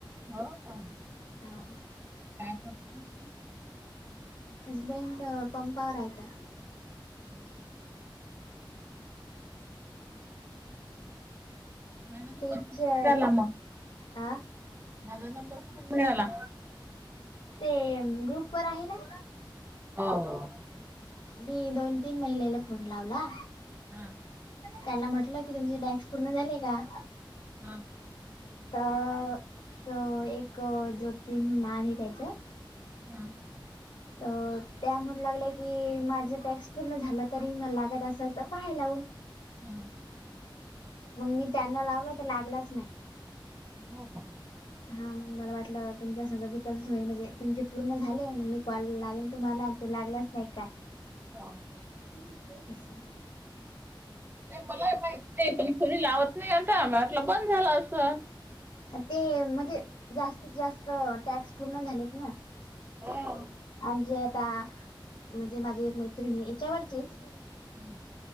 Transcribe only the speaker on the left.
हो
हजबेंड अं पंपा वर राहत्या.
तेच्याय
आं
ते ग्रुप वर आहे ना.
मी दोन-तीन महिलेले फोन लावला.
त्याला म्हटलं, की तुमचे टास्क पूर्ण झाले का?
तर- तर एक ज्योति म्हणू नाव हे त्याचं
तर त्यामुळे लागल्या की माझं टॅक्स पूर्ण झालं तरी मला लागत असल तर पाहा लावून.
मग मी त्यांना लावलं तर लागलाच नाही.
हा मला वाटलं तुमच्या सगं भितर सोय म्हणजे तुमचे पूर्ण झालेग मी कॉल लावेन तुम्हाला ते लागलाच नाही काय.
<unintelligible>
ते म्हणजे जास्तीत जास्त टॅक्स पूर्ण झालेत ना.
आणि जे आता म्हणजे माझी एक मैत्रिणी याच्यावरचीच